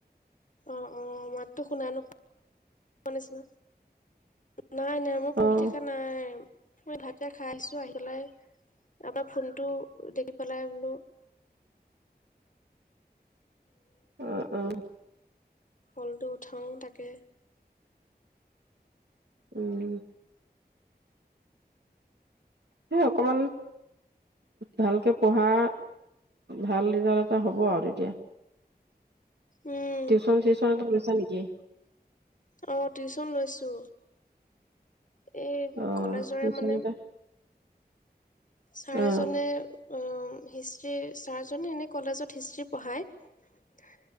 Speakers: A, on the left; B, on the right.
A: অ অ মাতো শুনা নোপা শনিছ ন নাই নাই পঢ়া
B: অ
A: নাই মই ভাতকে খাই আহিছো আহি পেলাই আমাৰ ফোনটো দেখি পেলাই বলো
B: অ উ
A: ফলটো উঠাও তাকে
B: উম <inaudible> স অকমান ভালকে পঢ়া ভাল ৰিজাল্ট এটা হ'ব আৰু এতিয়া
A: উম
B: টিউশন চিউচন হয় নেকি? <inaudible>
A: অ টিউচন লৈছোঁ এই
B: অ
A: কলেজৰে
B: টিউচন
A: মানে
B: এটা
A: চাৰজনে
B: অ
A: অ হিষ্ট্ৰী ছাৰজনে এনে কলেজত হিষ্ট্ৰী পঢ়ায়